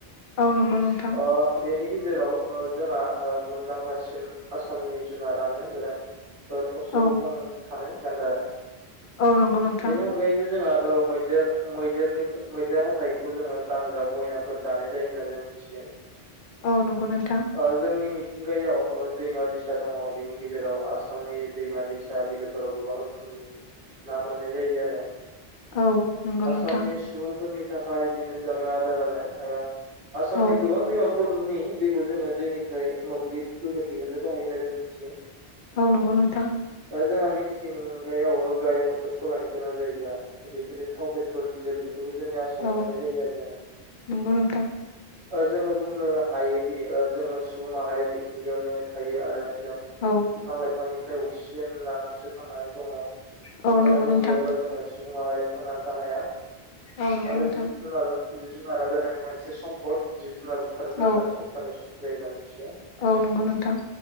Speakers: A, on the left; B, on the right.
A: औ नंगौ नोंथां
B: ओ बेनि गेजेराव ओ जोंहा ओ मुंदांखा सिन आसामनि जुनारानो जादों ओ थसेल'
A: औ
B: गं थानाय गान्दा आरो
A: औ नंगौ नोंथां
B: बेनि अनगायैबो जोंहा ओ मैदेर मैदेरनिफ्राय मैदेर हाथाइखौ जोङो गानग्रा गयनाफोर दानाय जायो होनना जों मिथियो
A: औ नंगौ नोंथां
B: ओ जोंनि मिथिंगायाव ओ दैमा-दैसा दङ बिनि गेजेराव आसामनि दैमा-दैसा बिलोफोराव गोबां रोखोमनि
A: <inaudible>
B: ना मोननाय जायो आरो
A: औ नंगौ
B: आसामनि
A: नोंथां
B: सुबुंफोरनि थाखाय बेनो जाग्रा आदार आरो आसामनि
A: औ
B: गोबां दैमाफोरनि दैखौ जोङो दैनि फ्राय मोब्लिब गोहो दिहुननोबो हायो होन्ना जों मिथियो।
A: औ नंगौ नोंथां
B: ओ जों मिथिंगायाव ओ गारि मथर सालायनो गोनां जायोब्ला बेफोरनि थाव, पेट्रल, डिजेल बेफोरखौ जोंनि आसामाव
A: औ
B: मोननाय जायो आरो जोङो
A: नंगौ नोंथां
B: ओ जोङो बुंनो हायोदि ओ जोङो सुबुं माहारिया मिथिंगायावनो थायो आरो जों
A: औ
B: बिफां-लाइफांनिफ्राय अक्सिजेन लानानैसो थांनानै दङ।
A: औ
B: बिफां-लाइफां
A: नंगौ नोंथां
B: गैयाब्ला जोङो सुबुं माहारिया थांनानै थानाया
A: औ नंगौ
B: आरो
A: नोंथां
B: जिब-जुनार जिब-जुनारा जादों मोनसे सम जिब-जुनार बुथारोब्ला
A: औ
B: जोंहा सरखारनि सुत जायो होनना मिथिया
A: औ नंगौ नोंथां